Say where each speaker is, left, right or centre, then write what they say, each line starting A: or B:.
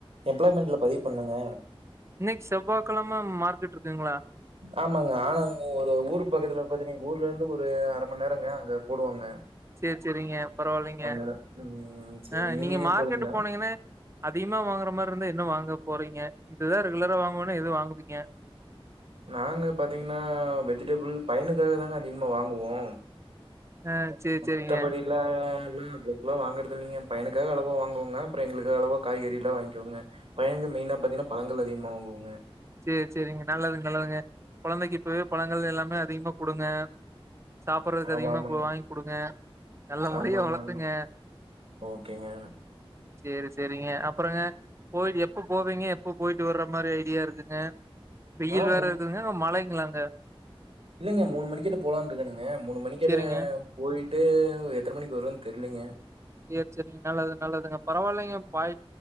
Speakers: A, on the right (about 70°); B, on the right (about 30°).
A: எம்ப்ளாய்மெண்ட்ல பதிவு பண்ணுங்க
B: இன்னிக்கு செவ்வாகெழம மார்கெட் இருக்குங்களா
A: ஆமாங்க ஆனா எங்க ஒரு ஊர் பக்கத்துல பாத்தீனிங் எங்க ஊர்ல இருந்து ஒரு ஒரு அரமண் நேரங்க அங்க போடுவாங்க
B: சேரி சேரிங்க பரவால்லங்க
A: அங்க ம் சரிங்க.
B: ஆ நீங்க
A: எங்கேயும்
B: மார்கெட்
A: போலீங்களா?
B: போனீங்கன்னா அதிகமா வாங்குற மாரி இருந்தா என்ன வாங்க போறீங்க இதுதா ரெகுலரா வாங்குவெனா எது வாங்குவீங்க
A: நாங்க பாத்திங்னா வெஜிடபுள் பையனுக்காக தாங்க அதிகமா வாங்குவோ
B: ஆ சேரி
A: மத்தபடி
B: சேரிங்க
A: இல்ல <inaudible> எல்லா வாங்குறது இல்லிங்க என் பையனுக்காக அளவோ வாங்குவோங்க அப்றோ எங்ளுக்கு அளவா காய்கறி எல்லா வாங்கிக்வோங்க பையனுக்கு மெயினா பாத்திங்னா பழங்கள் அதிகமா வாங்குவோங்க
B: சேரி சேரிங்க நல்லதுங்க நல்லதுங்க கொழந்தைக்கு இப்பவே பழங்கள் எல்லாமே அதிகமா குடுங்க சாப்புர்றதுக்கு
A: ஆமா,
B: அதிகமா
A: ஆமாங்க.
B: கு வாங்கி குடுங்க நல்ல முறையா
A: ஆமா, ஆமாங்க.
B: வளத்துங்க
A: ஓகேங்க
B: சேரி சேரிங்க அப்றங்க போய் எப்ப போவிங்க எப்ப போயிட்டு வர்ற மாரி ஐடியா இருக்கு ங்க வெயில்
A: ஆ
B: வேற இருக்குதுங்க அங்க மழைங்ளாங்க
A: இல்லங்க மூணு மணிகிட்ட போலானு இருக்கனுங்க மூணு மணி கெட்ட
B: செரிங்க
A: போயிட்டு எத்தன மணிக்கு வருவன் தெர்லிங்க
B: சேரி சேரிங்க நல்லது நல்லதுங்க பரவால்லிங்க பாய்